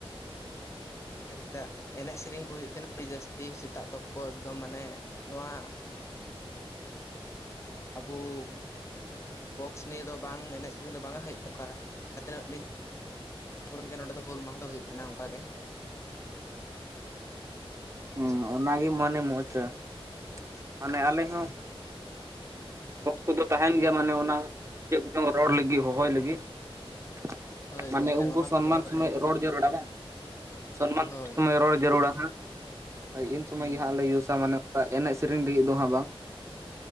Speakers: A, on the right (about 30°); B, on the left (about 30°).
A: <inaudible>
B: ᱪᱮᱫᱟᱜ ᱮᱱᱮᱡ ᱥᱮᱨᱮᱧ ᱠᱚ ᱦᱩᱭᱩᱜ ᱛᱟᱦᱮᱱᱟ ᱟᱹᱰᱤ ᱡᱟᱹᱥᱛᱤ ᱥᱮᱛᱟᱜ ᱛᱚᱠᱚ ᱮᱠᱫᱚᱢ ᱢᱟᱱᱮ ᱱᱚᱣᱟ ᱟᱵᱩ ᱵᱚᱠᱥ ᱱᱤᱭᱟᱹ ᱫᱚ ᱵᱟᱝ ᱮᱱᱮᱡ ᱥᱮᱨᱮᱧ ᱫᱚ ᱵᱟᱝ ᱦᱩᱭᱩᱜ ᱛᱟᱦᱮᱸ ᱛᱟᱠᱚᱣᱟ ᱡᱟᱦᱟᱸ ᱛᱤᱱᱟᱹᱜ ᱞᱤᱧ <unintelligible> ᱱᱚᱰᱮ ᱫᱚ ᱦᱩᱞ ᱢᱟᱦᱟ ᱫᱚ ᱦᱩᱭᱩᱜ ᱛᱟᱦᱮᱱᱟ ᱚᱱᱠᱟ ᱜᱮ ᱾
A: ᱦᱩᱸ ᱚᱱᱟᱜᱮ ᱢᱟᱱᱮ ᱢᱚᱡᱽᱟ ᱾ <inaudible> ᱢᱟᱱᱮ ᱟᱞᱮ ᱦᱚᱸ ᱵᱚᱠᱥ ᱠᱚ ᱫᱚ ᱛᱟᱦᱮᱱ ᱜᱮᱭᱟ ᱢᱟᱱᱮ ᱪᱮᱫ ᱠᱚᱪᱚᱝ ᱨᱚᱲ ᱞᱟᱹᱜᱤᱫ ᱦᱚᱦᱚᱭ ᱞᱟᱹᱜᱤᱫ ᱾ <inaudible>
B: ᱦᱳᱭ
A: ᱢᱟᱱᱮ
B: ᱜᱚᱝᱠᱮ
A: ᱩᱱᱠᱩ
B: ᱚᱱᱟ ᱫᱚ
A: ᱥᱚᱱᱢᱟᱱ
B: ᱱᱚᱸᱰᱮ ᱦᱚᱸ
A: ᱥᱚᱢᱚᱭ
B: ᱛᱟᱦᱮᱱᱟ
A: ᱨᱚᱲ ᱡᱟᱹᱨᱩᱲᱟ ᱵᱟᱝ? <inaudible> ᱥᱚᱱᱢᱟᱱ
B: ᱦᱳᱭ
A: ᱥᱚᱢᱚᱭ ᱨᱚᱲ ᱡᱟᱹᱨᱩᱲᱟ ᱦᱟᱝ ᱾ ᱤᱱ ᱥᱚᱢᱚᱭ
B: ᱦᱩᱸ
A: ᱜᱮ ᱦᱟᱸᱜ ᱞᱮ ᱤᱭᱩᱥᱟ ᱢᱟᱱᱮ ᱮᱱᱮᱡ ᱥᱮᱨᱮᱧ ᱞᱤᱹᱜᱤᱫ ᱫᱚ ᱦᱟᱸᱜ ᱵᱟᱝ